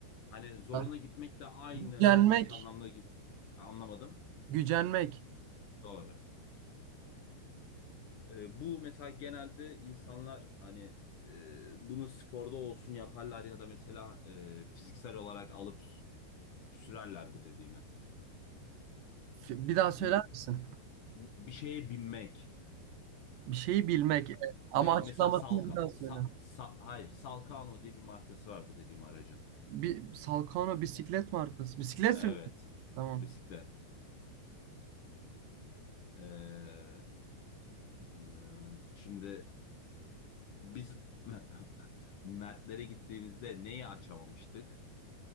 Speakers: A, on the left; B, on the right.
A: Hani zoruna
B: Ha,
A: gitmekle aynı
B: Gücenmek.
A: eş anlamda gibi anlamadım.
B: Gücenmek.
A: Doğru. Ee, bu mesela genelde insanlar hani e, bunu sporda olsun yaparlar ya da mesela e, fiziksel olarak alıp s- sürerler bu dediğimi.
B: F- Bir daha söyler
A: N-
B: misin?
A: bir şeye binmek.
B: Bir şeyi bilmek. evet. Ama
A: Me-
B: açıklamasını
A: mesela Salka,
B: bir daha söyle.
A: Sa- Sa- hayır, Salkano diye bir markası var bu dediğim aracın.
B: Bir Salkano bisiklet markası. Bisiklet
A: Evet,
B: sürmek. Tamam.
A: bisiklet. Ee, bilmiyorum. şimdi biz <laughs> Mertlere gittiğimizde neyi açamamıştık?